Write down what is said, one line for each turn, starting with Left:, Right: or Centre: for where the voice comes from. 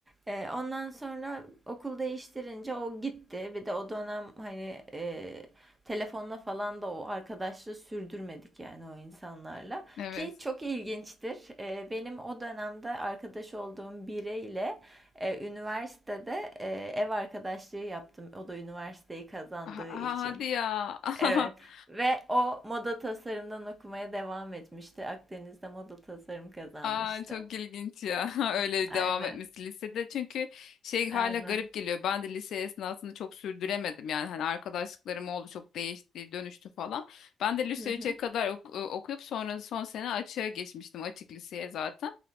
Right: Ee, ondan sonra okul değiştirince o gitti. Bir de o dönem hani e, telefonla falan da o arkadaşlığı sürdürmedik yani o insanlarla.
Left: Evet.
Right: Ki çok ilginçtir. Ee, benim o dönemde arkadaş olduğum biriyle e, üniversitede e, ev arkadaşlığı yaptım. O da üniversiteyi kazandığı
Left: Ha- ha-
Right: için.
Left: hadi ya. <laughs>
Right: Evet. Ve o moda tasarımdan okumaya devam etmişti. Akdeniz'de moda tasarım kazanmıştı.
Left: Aa, çok ilginç ya <laughs> öyle
Right: Aynen.
Left: devam etmesi lisede çünkü şey hala
Right: Aynen.
Left: garip geliyor ben de lise esnasında çok sürdüremedim yani hani arkadaşlıklarım oldu çok değişti dönüştü falan ben de lise
Right: Hı hı.
Left: 3'e kadar ok- e, okuyup sonra son sene açığa geçmiştim açık liseye zaten